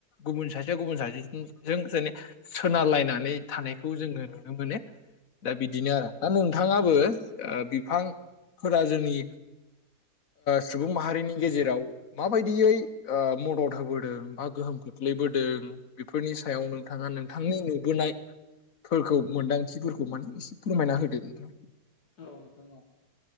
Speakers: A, on the left; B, on the left.
A: गुबुन सासेया गुबुन सासेजों जेने सोनारलायनानै थानायखौ जोङो नुनो मोनो दा बिदिनो आरो दा नोंथाङाबो बिफांफोरा जोंनि सुबुं माहारिनि गेजेराव माबायदियै मदद होबोदों बा गोहोम खोख्लैबोदों बेफोरनि सायाव नोंथाङा नोंथांनि नुबोनायफोरखौ मोनदांथि खथिफोरखौ माने एसे फोरमायना होदो नोंथां
B: औ नोंथां औ